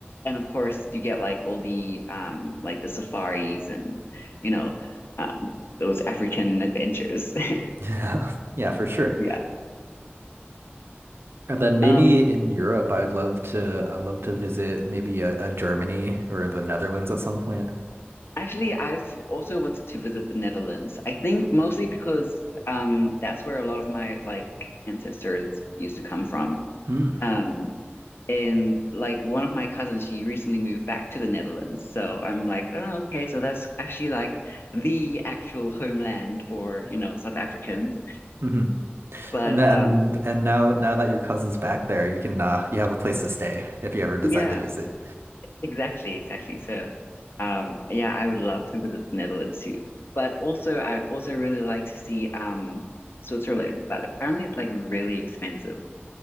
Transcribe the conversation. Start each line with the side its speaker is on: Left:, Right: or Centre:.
Left: and of course you get like all the um like the safaris and, you know, um those African adventures. <laughs>
Right: <laughs> Yeah, for sure.
Left: Yeah.
Right: And then maybe
Left: Um,
Right: in Europe, I'd love to I'd love to visit maybe a, a Germany or the Netherlands at some point.
Left: Actually, I've also wanted to visit the Netherlands. I think mostly because um that's where a lot of my like ancestors used to come from.
Right: Mm,
Left: Um and like one of my cousins, she recently moved back to the Netherlands. So I'm like, oh, okay, so that's actually like the actual homeland for, you know, South Africans.
Right: hmm
Left: But
Right: And, and
Left: um
Right: and now now that your cousin's back there, you can uh you have a place to stay if you ever decide
Left: yeah.
Right: to visit.
Left: Exactly, exactly. So, um, yeah, I would love to visit the Netherlands too. But also, I'd also really like to see um Switzerland, but apparently it's like really expensive.